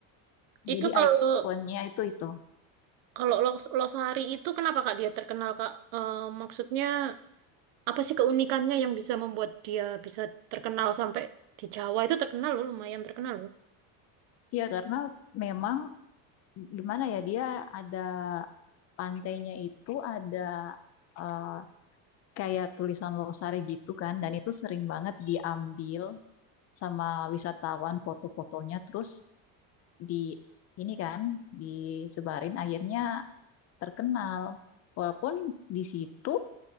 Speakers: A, on the right (about 65°); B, on the left (about 35°).
A: Itu
B: Jadi
A: kalau
B: ikonnya itu itu.
A: kalau Los- Losari itu kenapa Kak dia terkenal Kak? Eh, maksudnya apa sih keunikannya yang bisa membuat dia bisa terkenal sampai di Jawa itu terkenal loh, lumayan terkenal loh.
B: Iya, karena memang gimana ya dia ada pantainya itu ada eh, kayak tulisan Losari gitu kan, dan itu sering banget diambil sama wisatawan foto-fotonya, terus di ini kan disebarin akhirnya terkenal. Walaupun di situ